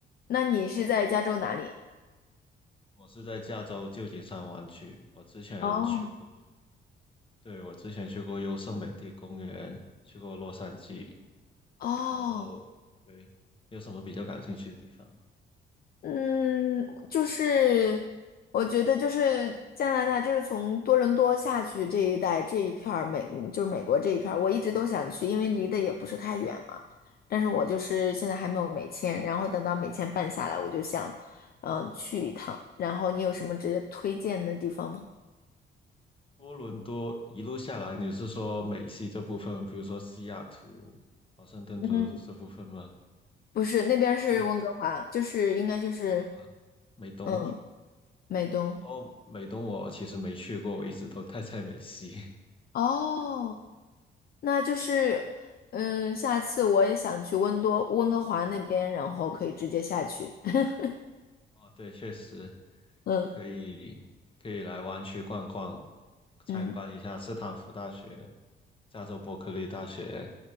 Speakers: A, on the left; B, on the left.
A: 那你是在加州哪里？
B: 我是在加州旧金山湾区，我之前去过，
A: 哦
B: 对，我之前去过优胜美地公园，去过洛杉矶，
A: 哦。
B: 然后对，有什么比较感兴趣的地方？
A: 嗯，就是我觉得就是加拿大，就是从多伦多下去这一带这一片儿美，就是美国这一片儿，我一直都想去，因为离得也不是太远嘛。但是我就是现在还没有美签，然后等到美签办下来，我就想，嗯、去一趟。然后你有什么直接推荐的地方吗？
B: 多伦多一路下来，你是说美西这部分，比如说西雅图、华盛顿州这部分吗？
A: 嗯，不是，那边儿是温哥华，
B: 去什
A: 就是应该就是
B: 么美东？
A: 嗯，美东。
B: 哦，美东我其实没去过，我一直都待在美西。<laughs>
A: 哦。那就是，嗯，下次我也想去温多温哥华那边，然后可以直接下去。<laughs>
B: 哦，对，确实
A: 嗯
B: 可以可以来湾区逛逛，参观一下斯坦福大学、
A: 嗯，
B: 加州伯克利大学，